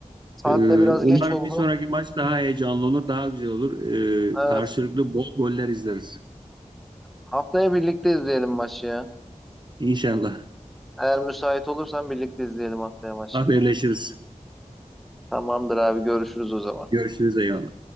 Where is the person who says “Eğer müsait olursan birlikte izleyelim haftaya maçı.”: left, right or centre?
Centre